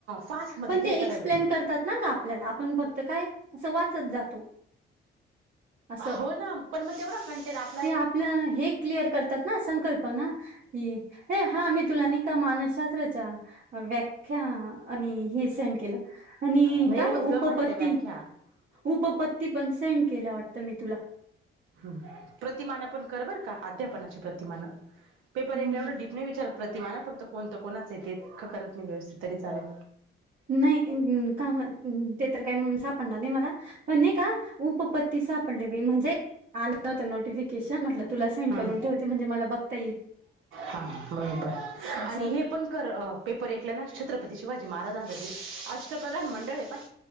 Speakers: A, on the right; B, on the right.
A: फास्टमध्ये
B: पण
A: घे
B: ते
A: एखादा
B: एक्सप्लेन
A: व्हिडिओ
B: करतात. ना ग आपल्याला आपण फक्त काय असं वाचत जातो. असं
A: होना. पण म तेवढा कन्टेट आपल्याला
B: ते आपलं हे क्लिअर करतात ना संकल्पना की नाही हा मी तुला नाही का मानस शास्त्राच्या व्याख्या आणि हे सेन्ड केल, आणि ई
A: नाही
B: काय
A: होत ग
B: उपपत्ती.
A: माझ्या त्या व्याख्या
B: उपपत्ती पण सेंड केला वाटतं, मी तुला
A: ह प्रतिमान पण कर बर का, अध्यापनाची प्रतिमान पेपर
B: म्हणलं,
A: एकल्या एवढं डीपने विचारत. प्रतिमा फक्त कोणतं कोणाच ते करत नाही व्यवस्थित तरी चालेल.
B: नाही अन का ते तर काय सापडणार नाही मला. पण नाही का उपपती सापडले बाई म्हणजे आ हो नोटिफिकेशन म्हटल तुला सेंड
A: हम्म
B: करून ठेवते म्हणजे मला बघता येईल.
A: हा बरोबर
B: असं.
A: आणि हे पण कर पेपर एक ला ना छत्रपती शिवाजी महाराजांच ते अष्टप्रधान मंडल ये पहाय